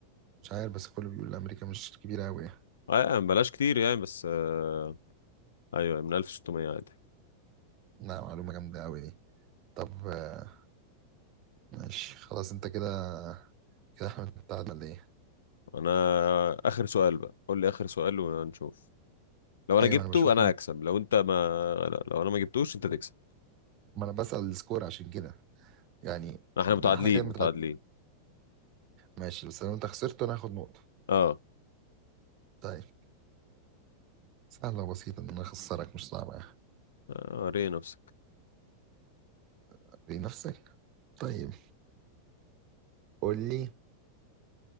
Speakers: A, on the right; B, on the left.
A: مش عارف بس كله بيقول امريكا مش كبيره قوي يعني
B: اه يا عم بلاش كتير يعني بس آه ايوه من 1600 عادي
A: لا معلومه جامده قوي دي طب آه، ماشي خلاص انت كده كده احنا متعادلين ولا ايه
B: انا اخر سؤال بقى قول لي اخر سؤال ونشوف لو انا
A: ايوه
B: جبته
A: انا بشوف
B: انا
A: من...
B: هكسب لو انت ما لا لو انا ما جبتوش انت تكسب
A: ما انا بسأل السكور عشان كده يعني
B: احنا
A: ده
B: متعادلين
A: احنا كده متعادلين
B: متعادلين
A: ماشي بس لو انت خسرت انا هاخد نقطه
B: اه
A: طيب سهلة وبسيطة إن أنا أخسرك مش صعبة
B: آه، ري نفسك
A: أوري نفسك طيب قول لي